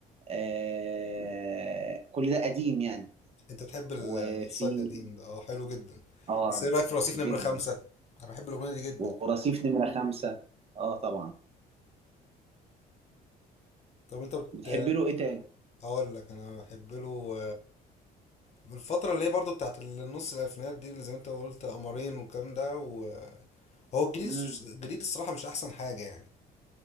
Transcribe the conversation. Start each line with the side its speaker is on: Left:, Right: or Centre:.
Right: آه كل ده قديم يعني
Left: انت بتحب ال-
Right: وفي
Left: الستايل القديم ده اه حلو جدا
Right: اه
Left: بس ايه رايك في رصيف
Right: جدا
Left: نمرة خمسة انا بحب الاغنية دي جدا
Right: ورصيف نمرة خمسة اه طبعا
Left: طب انت بت
Right: بتحب له ايه تاني
Left: اقول لك انا بحب له بالفتره اللي هي برضو بتاعت النص الالفينات دي اللي زي ما انت قلت قمرين والكلام ده وهو الجديد
Right: امم
Left: الجديد الصراحه مش احسن حاجه يعني